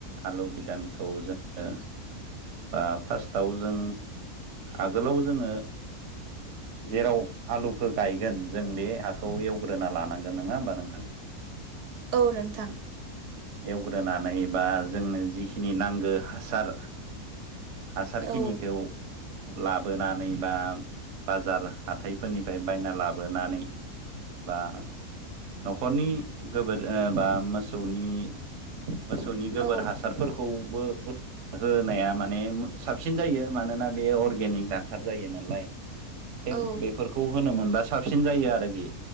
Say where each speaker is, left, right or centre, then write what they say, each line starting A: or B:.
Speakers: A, on the right; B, on the right.
A: आलु बिदानखौ जोङो बा फार्स्टआव जों आगोलाव जोङो जेराव आलुखौ गायगोन जों बे हाखौ एवग्रोना लानांगोन नङा होमबा नोंथां?
B: औ नोंथां
A: एवग्रोनानै बा जोंनो जिखिनि नांगौ हासार हासारखिनिखौ
B: औ
A: लाबोनानै बा बाजार हाथाइफोरनिफ्राय बायना लाबोनानै बा न'खरनि गोबोर बा मोसौनि मोसौनि गोबोर
B: औ
A: हासारफोरखौबो बो होनाया माने साबसिन जायो मानोना बे अर्गेनिक हासार जायो नालाय। थिग
B: औ
A: बेफोरखौ होनो मोनबा साबसिन जायो आरोखि